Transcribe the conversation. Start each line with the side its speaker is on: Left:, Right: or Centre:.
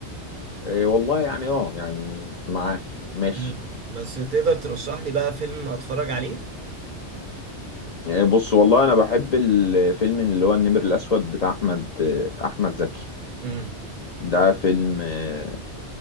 Left: آه، والله يعني اه يعني معاك ماشي
Right: مم. بس تقدر ترشح لي بقى فيلم اتفرج عليه
Left: آه، بص والله انا بحب الفيلم اللي هو النمر الاسود بتاع احمد آه، احمد زكي
Right: امم
Left: ده فيلم آه،